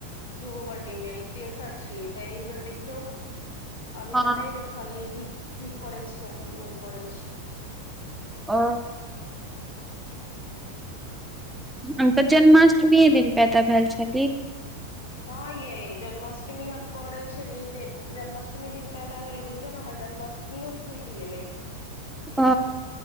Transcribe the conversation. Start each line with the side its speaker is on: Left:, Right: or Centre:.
Left: दूगो ब्डीमे ई तेसर छियै त एहि बेर देखियौ अभी
Centre: हँ
Left: तऽ नहि देख खाली क की पढ़ै छियै आ कि नहि पढ़ै छियै
Centre: ओ हम तऽ जन्माष्टमीए दिन पैदा भेल छली
Left: हँ एय जन्माष्मी हम करे छलियै से जन्माष्टमी दिन पैदा भेले बुझियौ नऽ हमर जन्माष्टमीो छुटि गेले
Centre: ओ